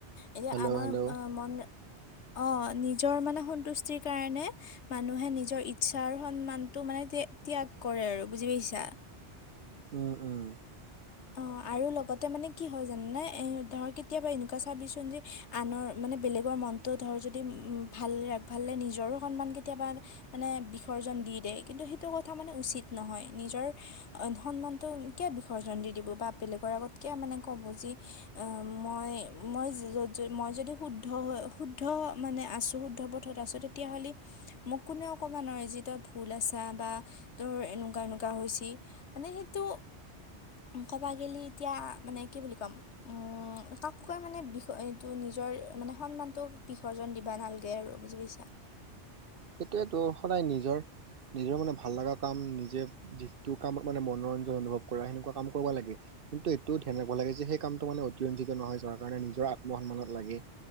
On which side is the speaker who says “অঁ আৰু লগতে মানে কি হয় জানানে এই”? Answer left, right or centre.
Left